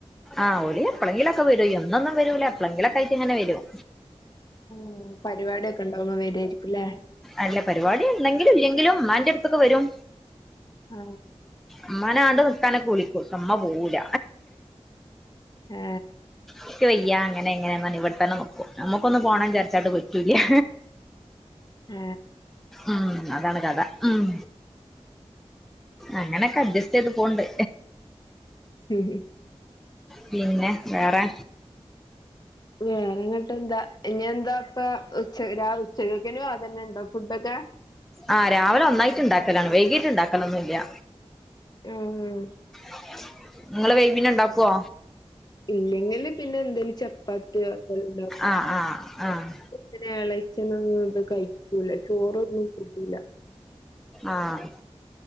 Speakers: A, in the centre; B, on the left.
A: ആഹ് ഓര് എപ്പള്ളങ്കിലൊക്കെ വരൂ എന്നെന്നും വരൂല എ്പ്പ ള ങ്കിലൊക്കെ ആയിറ്റ് ഇങ്ങനെ വരും
B: ഉം പരിപാടി ഒക്കെ ഉണ്ടാവുമ്പം വെര് ആയിരിക്കുംല്ലേ
A: അല്ല പരിപാടി ഉണ്ടെക്കിലും ഇല്ലെങ്കിലുംമ്മാന്റെ അടുത്ത്ക്ക്‌ വരും
B: ആഹ്
A: ഇമ്മാനെ ആണ്ട് നിക്കാനൊക്കെ വിളിക്കൂ ഇമ്മ പോവൂല്ല
B: ഏ
A: ഇൻക് വയ്യ അങ്ങന ഇങ്ങനെയാ ഇവിടെതന്നെനിക്കും നമുക്കൊന്ന് പോണം വിചാരിച്ചട്ട് വയ്യാ
B: ഏ
A: ഉം അതാണ് കഥ ളം അങ്ങനൊക്കെ അഡ്ജസ്റ്റ് ചെയ്ത് പോവ്ണ്ട്
B: ഉം
A: പിന്നെ വേറെ
B: വേറെങ്ങട്ട് എന്താ ഇങ്ങ എന്താ ഇപ്പ ഉച്ച ഉച്ചകൊക്ക തന്നെ ഉണ്ടോ ഫുഡ് ഒക്കെ
A: ആഹ് രാവിലെ ഒന്നായിട്ട് ഉണ്ടാക്കലാണ് വൈകീട്ട് ഉണ്ടാക്കലൊന്നുംല്ല
B: ഉം
A: !! നിങ്ങള് വൈ പിന്നെ ഉണ്ടാകോ
B: ഇല്ലെങ്കില് പിന്നെ എന്തേലും ചപ്പാത്തിയോ എന്തേലും ഉണ്ടാ
A: ആ ആ ആഹ്
B: പിന്നെ ഇളച്ചള നൊന്നും അത് കഴിക്കൂല ചോറൊന്നും കൂട്ടുല്ലാ
A: ആഹ്